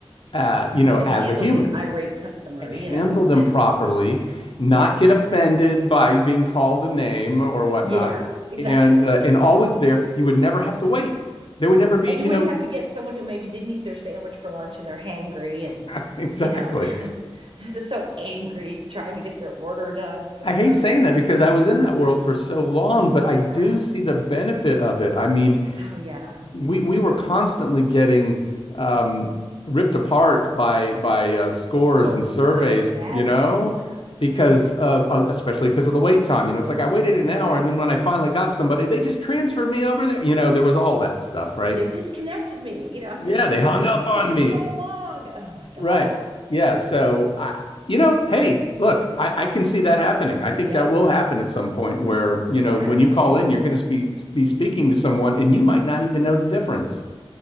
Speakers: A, on the left; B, on the right.
A: uh, you know,
B: And
A: as
B: handle
A: a human
B: the irate customer,
A: and
B: you
A: handle
B: know.
A: them properly, not
B: Yeah,
A: get offended by being called a name or whatnot,
B: yeah, exactly.
A: and uh, and always there. You would never have to wait. There would never be,
B: And
A: you
B: you wouldn't
A: know,
B: have to get someone who maybe didn't eat their sandwich for lunch and they're hangry and,
A: <laughs> exactly.
B: you know, <laughs> they're so angry trying to get their order done, you know.
A: I hate saying that because I was in that world for so long, but I
B: Yeah.
A: do see the benefit of it. I mean,
B: Oh, yeah.
A: we we were constantly getting um, ripped apart by by uh, scores
B: Oh,
A: and surveys,
B: I imagine.
A: you know,
B: Yes.
A: because of uh, especially because of the wait time. You know, it's like I waited an hour,
B: Yeah.
A: and then when I finally got somebody, they just transferred me over there. You know, there was all that stuff, right?
B: Or they disconnected me, you know, after
A: Yeah,
B: I stayed
A: they hung
B: on
A: up
B: the phone
A: on
B: for
A: me,
B: so long. Oh, my God.
A: right? Yeah, so I. You know, hey, look, I, I can see that happening. I think
B: Yep.
A: that will happen at some point where, you know,
B: Yeah.
A: when you call in, you're going to be be speaking to someone and you might not even know the difference.